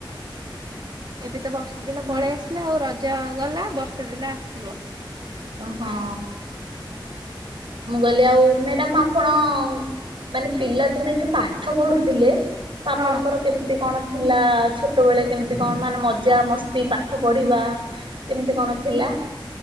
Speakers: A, on the right; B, on the right.
A: ଏବେ ତ ବର୍ଷା ଦିନ ପଳେଇ ଆସିଲା ଆଉ ରଜ ଗଲା ବର୍ଷା ଦିନ ଆସିବ।
B: ହଁ ମୁଁ କହିଲି ଆଉ ମ୍ୟାଡ଼ାାମ ଆପଣ ମାନେ ପିଲାଦିନେ ଯୋଉ ପାଠ ପଢୁଥିଲେ ତ ଆପଣଙ୍କର
A: ହଁ।
B: କେମିତି କଣ ଥିଲା ଛୋଟବେଳେ କେମିତି କଣ ମାନେ ମଜା ମସ୍ତି ପାଠ ପଢ଼ିବା କେମିତି କଣ ଥିଲା?